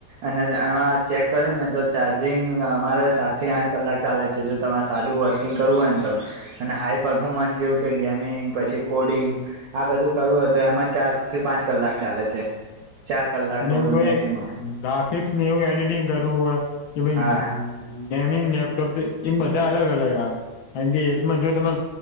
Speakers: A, on the right; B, on the left.
A: અને એમાં ચેક કર્યું ને તો ચાર્જિંગ અમારે સાતથી આઠ કલાક ચાલે છે જો તમારે સાદું વર્કિંગ કરવું હોય ને તો અને હાઈ પફોર્મન્સ જેવું કે ગેમિંગ પછી કોડિંગ આ બધું કરવું હતુ એમાં ચારથી પાંચ કલાક ચાલે છે ચાર કલાક
B: અને એ કોઈ
A: મેક્સિમમ
B: ગ્રાફિક્સને એવું એડિટિંગ કરવું હોય કે ભાઈ
A: હા
B: લેપટોપ એ બધા અલગ અલગ આવે કારણ કે એકમાં જો તમે